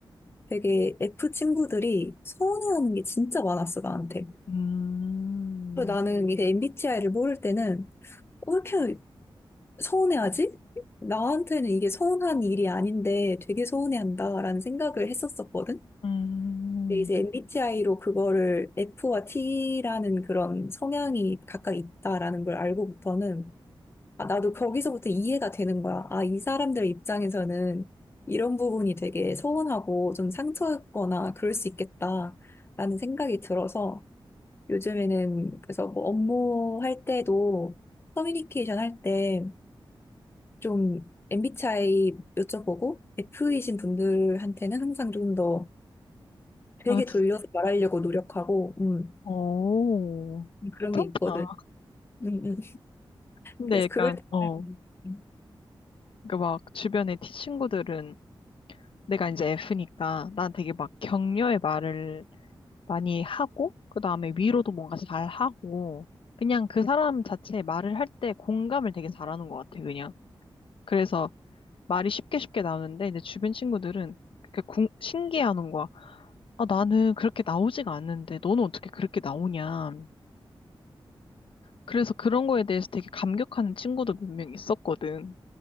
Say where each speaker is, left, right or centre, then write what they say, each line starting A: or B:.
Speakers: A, on the left; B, on the left.
A: 되게 F 친구들이 서운해하는 게 진짜 많았어, 나한테.
B: 음.
A: 그리고 나는 이게 MBTI를 모를 때는 어, 왜 이렇게 서운해하지? 나한테는 이게 서운한 일이 아닌데 되게 서운해한다라는 생각을 했었었거든.
B: 음.
A: 근데 이제 MBTI로 그거를 F와 T라는 그런 성향이 각각 있다라는 걸 알고부터는 아, 나도 거기서부터 이해가 되는 거야. 아, 이 사람들 입장에서는 이런 부분이 되게 서운하고 좀 상처였거나 그럴 수 있겠다라는 생각이 들어서 요즘에는 그래서 뭐 업무할 때도 커뮤니케이션 할때 좀 MBTI 여쭤보고 F이신 분들한테는 항상 좀 더 되게
B: 아 진짜?
A: 돌려서 말하려고 노력하고 음,
B: 어.
A: 그런
B: 괜찮다.
A: 게 있거든. 음, 음.
B: 근데
A: 그래서
B: 약간
A: 그럴 때
B: 어.
A: 음, 음.
B: 그막 주변의 티- 친구들은 내가 이제 F니까 난 되게 막 격려의 말을 많이 하고, 그 다음에 위로도 뭔가 잘 하고, 그냥 그 사람 자체에 말을 할 때 공감을 되게 잘하는 것 같아, 그냥. 그래서 말이 쉽게 쉽게 나오는데, 이제 주변 친구들은 그렇게 궁- 신기해하는 거야. 아, 나는 그렇게 나오지가 않는데, 너는 어떻게 그렇게 나오냐. 그래서 그런 거에 대해서 되게 감격하는 친구도 몇 명 있었거든.